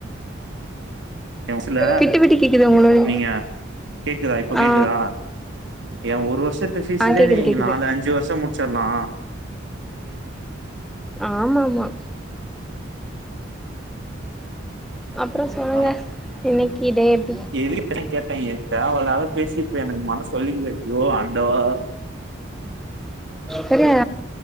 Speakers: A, on the right; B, in the centre.
A: எ வசல
B: விட்டு விட்டு கேக்குது உங்களோட
A: நீங்க கேக்குதா இப்போ கேக்குதா
B: ஆ
A: ஏ ஒரு வருஷத்து ஃபேஸ்
B: ஆ
A: ல
B: கேக்குது
A: நீ
B: கேக்குது
A: நாலு அஞ்சு வருஷ முச்சிலா
B: ஆமாமா அப்புற சொல்லுங்க
A: மன
B: இன்னைக்கு டேட்
A: எதுக்கு இப்பெல்லா கேட்டே தேவயில்லாத பேசி இப்ப எனக்கு மனசு வலிக்குது ஐயோ ஆண்டவா
B: சரியா